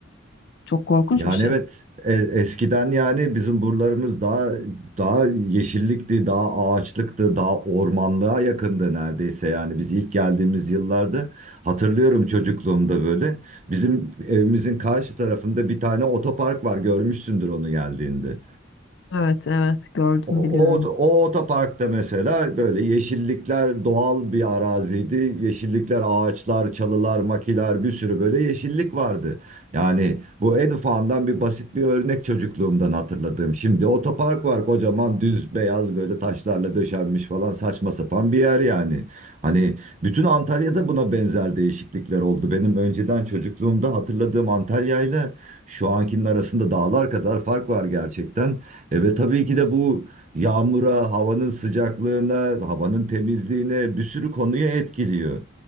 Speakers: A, on the left (about 55°); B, on the right (about 35°).
A: Çok korkunç
B: Yani
A: bir şey.
B: evet e- eskiden yani bizim buralarımız daha daha yeşillikti, daha ağaçlıktı, daha ormanlığa yakındı neredeyse yani biz ilk geldiğimiz yıllarda hatırlıyorum çocukluğumda böyle bizim evimizin karşı tarafında bir tane otopark var görmüşsündür onu geldiğinde.
A: Evet, evet gördüm
B: O, o,
A: biliyorum.
B: o otoparkta mesela böyle yeşillikler doğal bir araziydi. Yeşillikler, ağaçlar, çalılar, makiler bir sürü böyle yeşillik vardı. Yani bu en ufağından bir basit bir örnek çocukluğumdan hatırladığım. Şimdi otopark var kocaman düz beyaz böyle taşlarla döşenmiş falan saçma sapan bir yer yani. Hani bütün Antalya'da buna benzer değişiklikler oldu. Benim önceden çocukluğumda hatırladığım Antalya'yla şu ankinin arasında dağlar kadar fark var gerçekten. E ve tabii ki de bu yağmura, havanın sıcaklığına, havanın temizliğine bir sürü konuya etkiliyor.